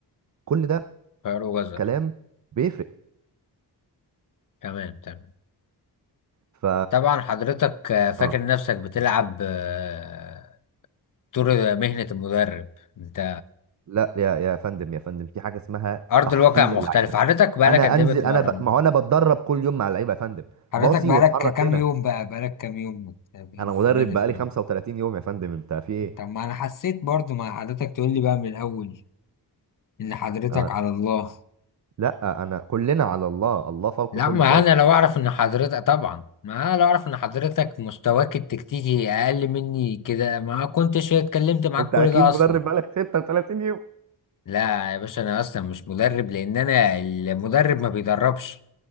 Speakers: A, on the right; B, on the left.
A: كل ده
B: خير وجزر
A: كلام بيفرق
B: تمام تمام
A: ف
B: طبعا حضرتك آه، فاكر
A: اه
B: نفسك بتلعب آه، دور مهنة المدرب انت
A: لا يا يا فندم يا فندم في حاجه اسمها
B: ارض
A: تحفيظ
B: الواقع مختلف
A: اللعيبه
B: حضرتك بقالك
A: انا
B: قد
A: انزل
B: ايه بتمرن
A: انا ب... ما هو انا بتدرب كل يوم مع اللعيبه يا فندم
B: حضرتك
A: باصي
B: بقالك
A: واتحرك
B: كام
A: هنا
B: يوم بقى بقالك كام يوم بت-
A: انا
B: في
A: مدرب
B: بادئ
A: بقالي
B: في موضوع
A: 35 يوم يا فندم انت في ايه
B: طب ما انا حسيت برضو ما حضرتك تقول لي بقى من الاول ان حضرتك
A: انا
B: على الله
A: لا انا كلنا على الله الله فوق
B: لا
A: كل
B: ما
A: شيء
B: انا لو اعرف ان حضرتك طبعا ما انا لو اعرف ان حضرتك مستواك التكتيكي اقل مني كده ما كنتش اتكلمت معاك
A: انت
B: كل
A: اكيد
B: ده
A: مدرب
B: اصلا
A: بقالك 36 يوم
B: لا يا باشا انا اصلا مش مدرب لان انا المدرب ما بيدربش